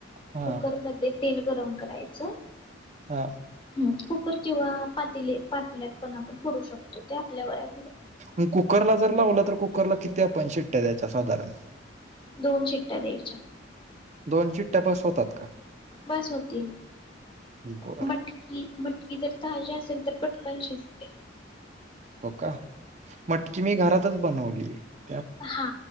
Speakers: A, on the right; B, on the left.
A: हा
B: कुकरमध्ये तेल गरम करायच
A: हा
B: हं कुकरचि वाफ पातले पातिल्यात पण आपण करू शकतो ते आपल्यावर हाय
A: म कुकरला जर लावला तर कुकरला किती आपण शिट्ट्या द्यायच्या अस साधारण <inaudible>
B: दोन शिट्ट्या द्यायच्या
A: दोन शिट्ट्या बस होतात का
B: बस होतील
A: बर
B: मटकी मटकी जर ताजी असेल तर पट पन शिजते
A: हो का? मटकी मी घरातच बनवली. ह
B: हा